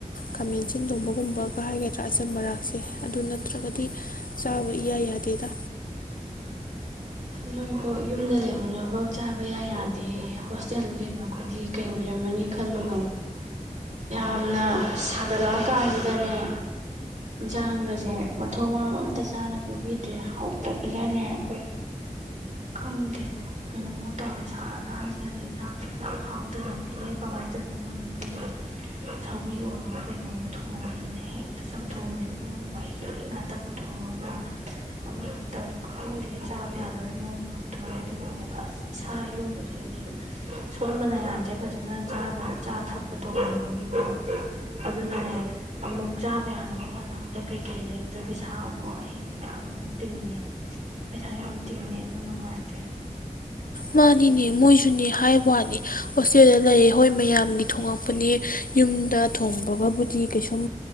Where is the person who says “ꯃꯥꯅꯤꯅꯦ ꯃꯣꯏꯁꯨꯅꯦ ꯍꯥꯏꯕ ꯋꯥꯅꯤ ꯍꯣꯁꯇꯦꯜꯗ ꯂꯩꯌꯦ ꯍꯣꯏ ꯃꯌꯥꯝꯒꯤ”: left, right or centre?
Left